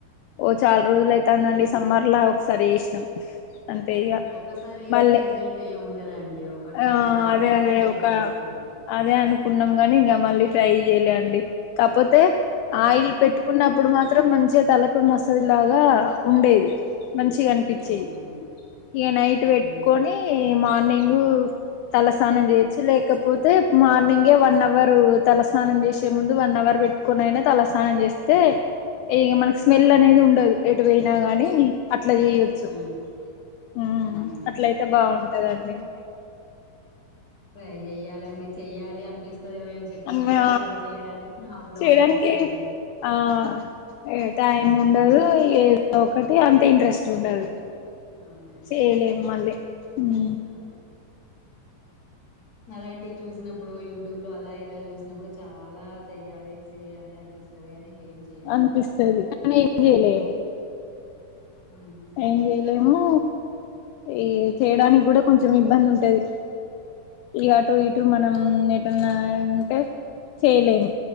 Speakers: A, on the left; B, on the left.
A: ఓ చాల రోజులు అయితాంది
B: అంటే
A: అండి సమ్మర్ లో ఒకసారి చేసినం అంతే
B: హ్మ్
A: ఇగా
B: హు ఒక్కసారి వేస్తే
A: మళ్ళీ
B: రిజల్ట్ ఏమి ఉండదండి ఒక టూ
A: ఆ
B: త్రీ టైమ్స్
A: అదే
B: అయితే
A: అదే
B: రిజల్ట్
A: ఒక
B: తెలుస్తుంది
A: అదే అనుకున్నాం గానీ ఇంకా మళ్ళీ ట్రై చేయలే అండి కాకపోత్ తే ఆయిల్ పెట్టుకున్నప్పుడు మాత్రం మంచిగా తలకు మసాజ్ లాగా ఉండేది మంచిగా అనిపించేది
B: అవునా అండి హ్మ్ అవునా అండి.
A: ఇగా నైట్ పెట్టుకొని
B: హ్మ్
A: మార్నింగు తలస్నానం చేయొచ్చు లేకపోతే మార్నింగే వన్ అవర్ తలస్నానం చేసే ముందు వన్ అవర్ పెట్టుకుని అయినా తలస్నానం చేస్తే ఇగ మనకి స్మెల్ అనేది ఉండదు ఎటు పోయినా గానీ అట్లా చేయొచ్చు
B: ఆ
A: ఊ
B: అవునండి
A: అట్లయితే బాగుంటది అండి
B: ట్రై చెయాలండి చెయ్యాలి అనిపిస్తది ఎవరైనా చెప్పినప్పుడు
A: అమ్మా
B: అవి చేయడానికి ప్రాబ్లం
A: చేయడానికి
B: అనిపిస్తది అండి
A: ఆ ఇగ టైం
B: చేయలేము
A: ఉండదు ఏ ఒకటి అంత ఇంట్రెస్ట్ ఉండదు
B: అవునండి
A: చేయాలెం మళ్ళీ ఉ
B: ఆ అలాంటి చూసినప్పుడు యూట్యూబ్ లో అలా ఇలా చూసినప్పుడు చాలా చెయ్యాలి చెయ్యాలి అనిపిస్త టది గని ఇంకేం చేయలేము
A: అనిపిస్తది కానీ ఏం చేయలేము
B: ఉ ఉ
A: ఏం చేయలేము ఈ చేయడానికి కూడా కొంచం ఇబ్బంది ఉంటది ఇ అటు ఇటు మనం ఏటన్నా ఉంటే చేయలేమ్